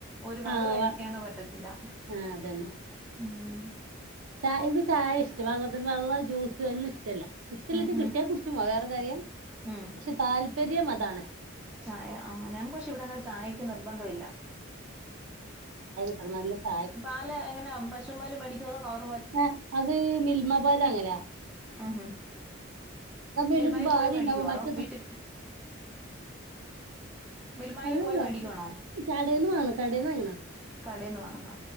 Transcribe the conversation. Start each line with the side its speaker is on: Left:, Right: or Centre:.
Centre: ഒരു വക
Right: ആഹ്
Centre: കഴിക്കാനോ
Right: വ
Centre: പറ്റത്തില്ല-
Right: ആഹ് അതന്നെ
Centre: ഉം
Right: ചായ ഇൻക്ക് ചായ ഇഷ്ടം, വെള്ളത്തിന് വെള്ളം ജ്യൂസ് <unintelligible> ടല്ല ഇഷ്ടല്ലത്തെ
Centre: ഉം
Right: കിട്ട്യാ
Centre: ഉം
Right: കുട്ച്ചും <unintelligible> ന്ത കാര്യം
Centre: ഉം
Right: പക്ഷെ താൽ പര്യം മതാണ്.
Centre: ചായ ആഹ് ഞൻ കൊഷിവിടെങ്ങനെ ചായക്ക് നിർബന്ദുഇല്ല
Right: അത് നല്ല ചായ
Centre: പാല് എങ്ങനെ പശും പാലു മടിക്ണതോ കവ്
Right: ആഹ് അത് ഫിൽമപാലാങ്ങലാ
Centre: ആഹ ഹ
Right: പിന്നെ
Centre: മന്മായി
Right: ഇച്ച് ഭാരി
Centre: പോയി മേടിക്കോ
Right: ഇണ്ടാവും
Centre: അതോ
Right: മറ്റേത്
Centre: വീട്ടിൽ മിൽമൽ
Right: അത്
Centre: പോയി മേടിക്കുവാണോ
Right: കടേന്ന് വാങ്ങണം കടേന്ന് വാങ്ങണ
Centre: കടൽന്ന് വങ്ങോ